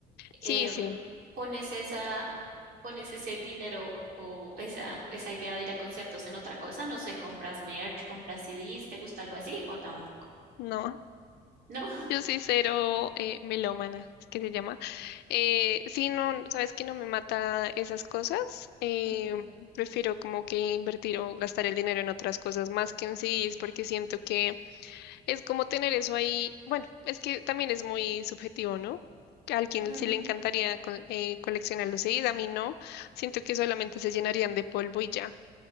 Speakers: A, on the left (about 75°); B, on the right (about 65°).
A: sí,
B: em,
A: sí,
B: pones esa, pones ese dinero o esa, esa idea de ir a conciertos en otra cosa, no sé, compras merch, compras CDs, ¿te gusta algo así o tampoco?
A: no.
B: <laughs> ¿No?
A: Yo soy cero eh, melómana, es que se llama. Eh, sí, no, sabes que no me mata esas cosas. Eh,
B: Ujú.
A: prefiero como que invertir o gastar el dinero en otras cosas más que en CDs porque siento que Es como tener eso ahí, bueno, es que también es muy subjetivo, ¿no? Que A alguien
B: Mm.
A: sí le encantaría co- eh, coleccionar los CDs, a mí no. Siento que solamente se llenarían de polvo y ya.